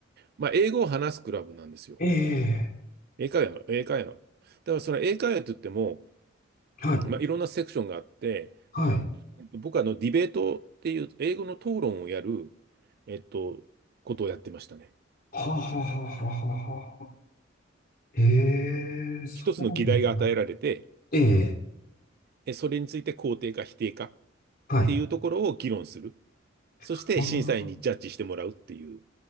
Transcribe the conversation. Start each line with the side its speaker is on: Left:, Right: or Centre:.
Right: まあ、英語を話すクラブなんですよ。
Left: ええ、
Right: 英会話、英会話。だからその英会話って言っても、
Left: はい。
Right: まあ、いろんなセクションがあって、
Left: はい。
Right: えっと僕はあのディベートっていう英語の討論をやる、えっと、ことをやってましたね。
Left: はあ、はあ、はあ、はあ、はあはあ。ええ、そうなんですね。
Right: 一つの議題が与えられて、
Left: ええ、
Right: えそれについて肯定か否定かっ
Left: はい。
Right: ていうところを議論する。そして審査員にジャッジしてもらうっていう、
Left: あー